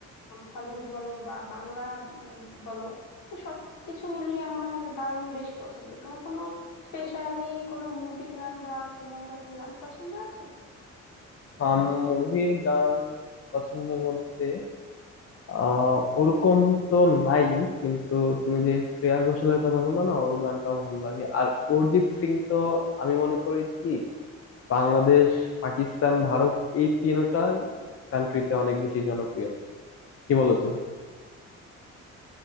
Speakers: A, on the left; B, on the left.
A: হলিউড বলো বা বাংলা আম, বলো তো সবকিছু মিলিয়ে আমার গান বেশ পছন্দ তোমার কোনো স্পেশালি কোনো মুভির গান বা কোনো এরকম গান পছন্দ আছে
B: হাম মুভির গান পছন্দ বলতে আহ ওরকম তো নাই কিন্তু তুমি যে শ্রেয়া ঘোষালের কথা বললো না ওর গানটাও ভালো লাগে আর অরিজিৎ সিং তো আমি মনে করি কি বাংলাদেশ পাকিস্তান ভারত এই তিনটাই কান্ট্রিতে অনেক বেশি জনপ্রিয় কি বলো তুমি